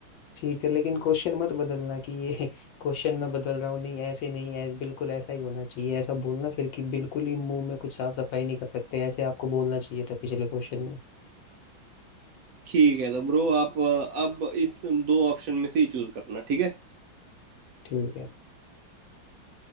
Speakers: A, on the left (about 70°); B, on the right (about 75°).
A: ठीक है लेकिन क्वेश्चन मत बदलना कि ये <laughs> क्वेश्चन मैं बदल रहा हूँ नहीं ऐसे नहीं ऐ, बिल्कुल ऐसा ही होना चाहिए ऐसा बोलना फिर कि बिल्कुल ही मुंह में कुछ साफ सफाई नहीं कर सकते ऐसे आपको बोलना चाहिए था पिछले क्वेश्चन में
B: ठीक है तो ब्रो आप अ, अब इस दो ऑप्शन में से ही चूज करना ठीक है
A: ठीक है